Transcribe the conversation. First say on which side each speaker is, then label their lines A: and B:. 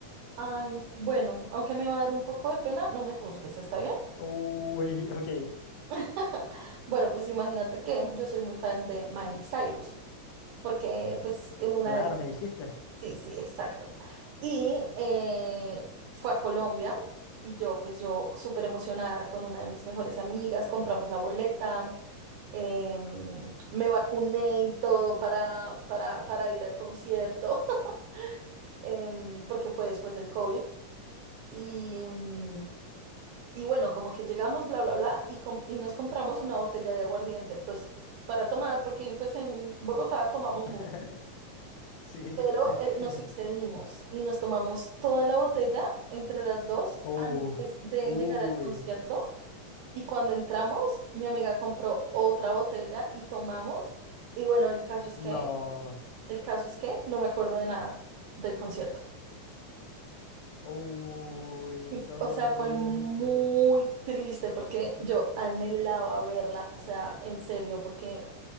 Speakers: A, on the right (about 75°); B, on the left (about 80°).
A: Ay, bueno, aunque me va a dar un poco de pena, no me juzgues, ¿está bien?
B: Uy, ok,
A: <laughs> Bueno, pues imagínate que yo soy muy fan de Miley Cyrus, porque pues tiene una
B: claro,
A: de
B: me dijiste.
A: Sí, sí, exacto. Y eh, fue a Colombia y yo, pues yo súper emocionada con una de mis mejores amigas, compramos la boleta, em, me vacuné y todo para, para, para ir al concierto, <laughs> em, porque fue después del COVID. Y, mm, y bueno, como que llegamos, bla, bla, bla, y, com- y nos compramos una botella de aguardiente, pues p- para tomar, porque pues en Bogotá tomamos
B: <laughs>
A: mucho.
B: Sí.
A: pero
B: <laughs>
A: eh, nos excedimos y nos tomamos toda la botella entre las dos
B: Uh,
A: antes de
B: uy,
A: llegar al concierto. Y cuando entramos, mi amiga compró otra botella y tomamos. Y bueno, el caso es
B: no,
A: que, el caso es que no me acuerdo de nada del concierto.
B: uy,
A: Y,
B: no,
A: f- o sea, fue
B: Bianca.
A: muy triste porque yo anhelaba verla, o sea, en serio, porque,